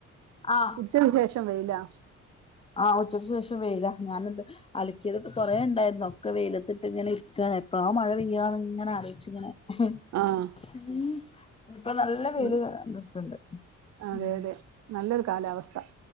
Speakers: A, on the left; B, on the right.
A: ആഹ
B: ഉച്ചക്ക് ശേഷം വെയിലാ
A: ആഹ് ഉച്ചയ്ക്കുശേഷം വെയിലാ. ഞാനുണ്ട് അലക്കിയതൊക്കെ കൊറേ ഉണ്ടായിരുന്നു ഒക്കെ വെയിലത്തിട്ട് ഇങ്ങനെ ഇരിക്ക എപ്പ ആ മഴെയ്യാന്ന് ഇങ്ങനെ അറിയിച്ച ഇങ്ങനെ ഉം
B: ആഹ്
A: ഉം ഇപ്പോൾ നല്ല വെയില്
B: ഉം
A: വന്നിട്ടുണ്ട്
B: അതെ
A: ഉം
B: അതെ നല്ലൊരു കാലാവസ്ഥ